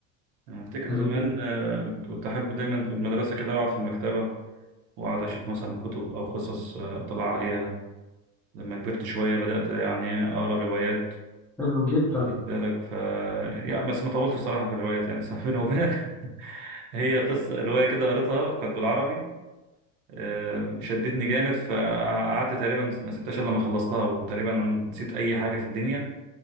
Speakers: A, on the right; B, in the centre.
A: أنا أفتكر
B: حلو
A: زمان
B: جدا
A: آه، كنت أحب دايما في المدرسة كده أقعد في المكتبة وأقعد أشوف مثلا كتب أو قصص آه، أطلع عليها لما كبرت شوية بدأت يعني أقرأ روايات
B: حلو جدا
A: واخد بالك ف يعني بس ما طولتش صراحة في الروايات يعني <laughs> صراحة بيني وبينك <laughs> هي قصة رواية كده قريتها كانت بالعربي آه، شدتني جامد فقعدت تقريبا ما سبتهاش إلا لما خلصتها وتقريبا أنا نسيت أي حاجة في الدنيا